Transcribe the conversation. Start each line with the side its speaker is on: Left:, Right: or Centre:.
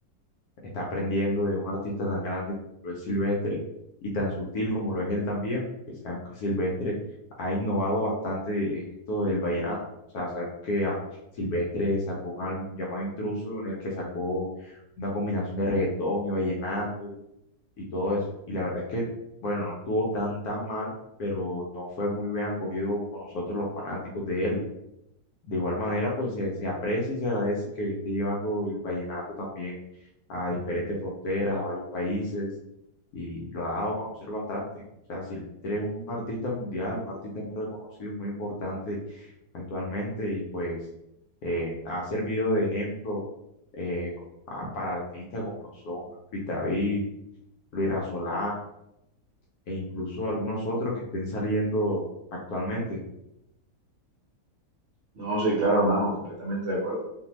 Left: está aprendiendo de un artista tan grande como lo es Silvestre y tan sutil como lo es él también, porque sabemos que Silvestre ha innovado bastante en esto del vallenato. O sea, sabemos que ah, Silvestre sacó un álbum llamado Intruso en el que sacó una combinación de reggaetón y vallenato y todo eso. Y la verdad es que, bueno, no estuvo tan tan mal, pero no fue muy bien acogido con nosotros los fanáticos de él. De igual manera, pues se, se aprecia y se agradece que esté llevando el vallenato también a diferentes fronteras, a varios países, y lo ha dado a conocer bastante. O sea, Silvestre es un artista mundial, un artista muy reconocido, muy importante actualmente, y pues eh, ha servido de ejemplo eh, co- a- para artistas como lo son Pete David, Luis Solán, e incluso algunos otros que estén saliendo actualmente.
Right: No, sí, claro, hermano, completamente de acuerdo.